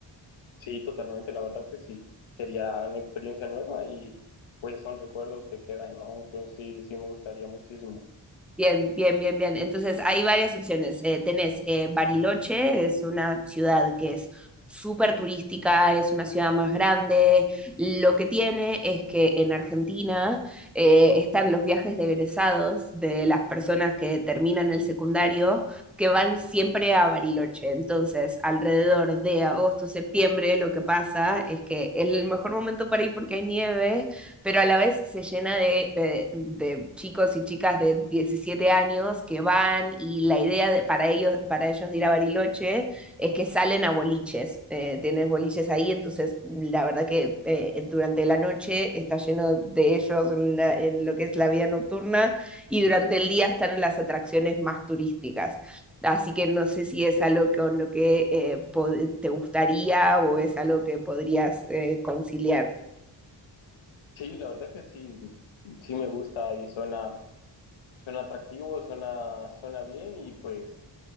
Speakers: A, on the left (about 80°); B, in the centre.
A: Sí, totalmente, la verdad que sí. Sería una experiencia nueva y pues son recuerdos que quedan, ¿no? Entonces sí, sí me gustaría muchísimo.
B: Bien, bien, bien, bien. Entonces, hay varias opciones. Eh, tenés eh, Bariloche, es una ciudad que es súper turística, es una ciudad más grande. Lo que tiene es que en Argentina eh, están los viajes de egresados de las personas que terminan el secundario, que van siempre a Bariloche. Entonces, alrededor de agosto, septiembre, lo que pasa es que es el mejor momento para ir porque hay nieve pero a la vez se llena de, eh, de chicos y chicas de 17 años que van y la idea de- para, ellos, para ellos de ir a Bariloche es que salen a boliches, eh, tienes boliches ahí, entonces la verdad que eh, durante la noche está lleno de ellos en, la- en lo que es la vida nocturna y durante el día están en las atracciones más turísticas. Así que no sé si es algo con lo que eh, te gustaría o es algo que podrías eh, conciliar.
A: Sí, la verdad que sí, sí me gusta y suena, suena atractivo, suena, suena bien y pues...